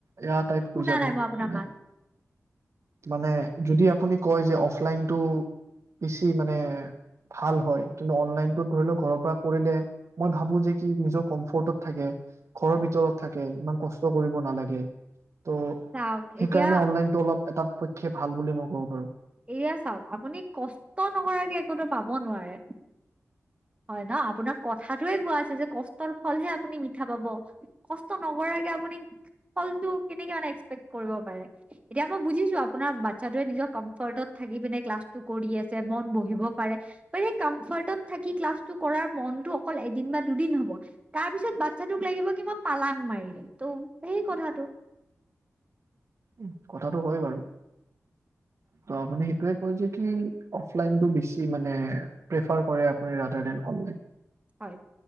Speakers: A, on the right (about 60°); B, on the right (about 20°).
A: এয়া তাইত
B: শুনা
A: কৈ যাব
B: নাই মই আপোনাৰ
A: মানে
B: মাত
A: মানে যদি আপুনি কয় যে অফলাইনটো বেছি মানে ভাল হয় তোমাৰ অনলাইনটো ধৰি লওক ঘৰৰ পৰা কৰিলে মই ভাবো যে কি নিজৰ কমফৰ্টত থাকে ঘৰৰ ভিতৰত থাকে ইমান কষ্ট কৰিব নালাগে ত'
B: চাওক
A: সেইকাৰণে
B: এতিয়া
A: অনলাইনটো অলপ এটা পক্ষে ভাল বুলি মই ক'ব পাৰো
B: এয়া চাওক আপুনি কষ্ট নকৰাকে একো ত পাব নোৱাৰে হয় ন আপোনাক কথাটোৱে কোৱা আছে যে কষ্টৰ ফলহে আপুনি মিঠা পাব কষ্ট নকৰাকে আপুনি ফলটো কেনেকে মানে এক্সপেক্ত কৰিব পাৰে এতিয়া মই বুজিছোঁ আপোনাৰ বাচ্ছাটোৱে নিজৰ কম্ফৰ্টত থাকি পিনে ক্লাষ্টো কৰি আছে মন বহিব পাৰে ত সেই কনচাৰ্টত থাকি সি ক্লাছটো কৰাৰ মনটো অকল এদিন বা দুদিন হব তাৰ পিছত বাচ্ছাটোক লাগিব কি মই পালং মাৰি দিম ত' সেই কথাটো
A: উ কথাটো হয় বাৰু ত আপুনি সেইটোৱে কই যে কি অফলাইনতো বেছি মানে প্ৰিফাৰ কৰে আপুনি ৰাটাৰ দেন অনলাইন
B: হয়